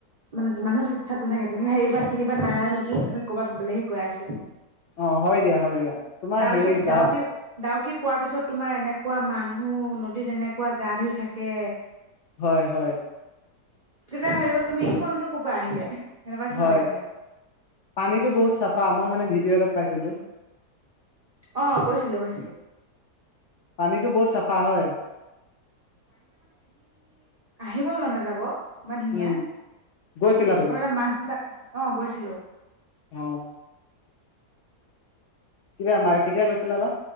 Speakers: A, on the right (about 65°); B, on the left (about 65°).
A: মানে মানুহ চি্সাত নাথাকে তুমি হেৰি সেইখিনি পৰা নাই আৰু নেকি আমি কৰ'বাত বেলেগহে গৈ আছো
B: অ হয় দিয়া হ দিয়া তোমাৰ
A: তাৰ
B: হেৰি
A: পিছত ডাউকী
B: দা
A: ডাউকি পোৱাৰ পিছত তোমাৰ এনেকুৱা মানুহ নদীত এনেকুৱা গা ধুই থাকে
B: হয় হয়
A: তেতিয়া হৰিব আমি এশ মানৰ ক'ৰ পৰা আহিলে সেনেকুৱা নিচিনা
B: হয়
A: লাগে মানে
B: পানীতটো বহুত চাফা মই মানে ভিডিঅ' এটা পাইছিলো
A: আহ গৈছিলো গৈছিলো
B: পানীতটো বহুত চাফা হয়
A: আহিবই মন নাযাব মমান ধুনীয়া
B: উম গৈছিলা তুমি
A: আৰু অলপ মাছ বিলাক অ গৈছিলো
B: অ কেতিয়া মাৰ কেতিয়া গৈছিলা বা